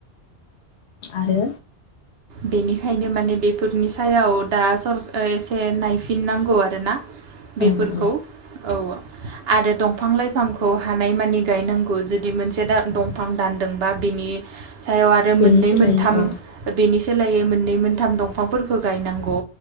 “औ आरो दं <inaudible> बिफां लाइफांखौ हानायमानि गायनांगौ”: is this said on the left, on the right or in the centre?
Right